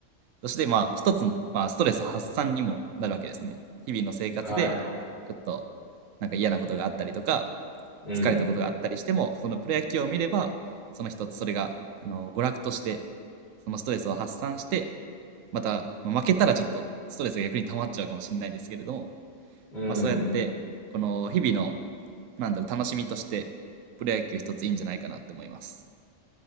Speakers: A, on the right; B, on the left.
A: そして、まあ、一つ、まあ、ストレス発散にもなるわけですね。日々の生活で、
B: はい。
A: ちょっと、なんか嫌なことがあったりとか、
B: うん。
A: 疲れたことがあったりしても、そのプロ野球を見れば、その一つ、それが、あの、娯楽として、そのストレスを発散して、また、まあ負けたらちょっと、ストレスが逆に溜まっちゃうかもしれないですけれども、
B: うん。
A: まあ、そうやって、この、日々の、なんだろう、楽しみとして、プロ野球一ついいんじゃないかなって思います。